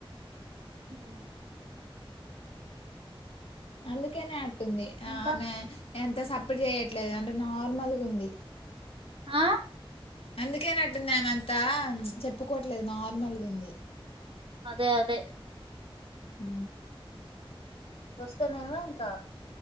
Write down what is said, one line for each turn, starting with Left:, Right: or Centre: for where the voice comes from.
Right: హ్మ్
Left: అందుకేనే అట్టుంది ఆ
Right: ఇంకా
Left: ఆమె ఎంత స. ప్పుడు చేయట్లేదు అంటే నార్మల్గా ఉంది.
Right: ఆ
Left: అందుకే నట్టుందమంతా చెప్పుకోవట్లేదు. నార్మల్గా ఉంద
Right: అదే అదే.
Left: అ వస్తేనేమో ఇంకా